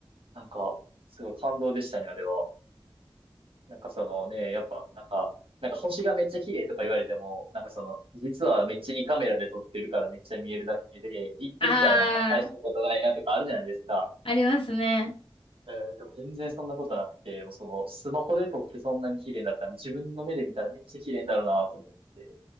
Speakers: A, on the right; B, on the left.
A: なんか、すごい感動でしたね、あれは。なんかそのね、やっぱ、なんか、なんか星がめっちゃ綺麗とか言われても、なんかその、実はめっちゃいいカメラで撮ってるからめっちゃ見えるだけで、行ってみたらなんか大したことないなとかあるじゃないですか。
B: あー、ありますね。
A: うんでも全然そんなことなくて、もうその、スマホで撮ってそんなに綺麗だったら、自分の目で見たらめっちゃ綺麗だろうなと思って。